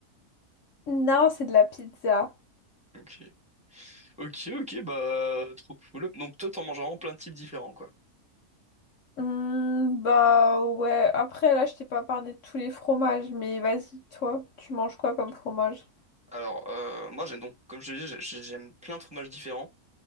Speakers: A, on the left (about 60°); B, in the centre.
A: Non, c'est de la pizza.
B: Ok. Ok, ok, bah, trop cool. Donc toi, t'en manges vraiment plein de types différents, quoi.
A: Hmm, bah ouais, après là je t'ai pas parlé de tous les fromages, mais vas-y, toi, tu manges quoi comme fromage?
B: Alors, euh, moi, j'aime donc, comme je te disais, j'ai- j'aime plein de fromages différents.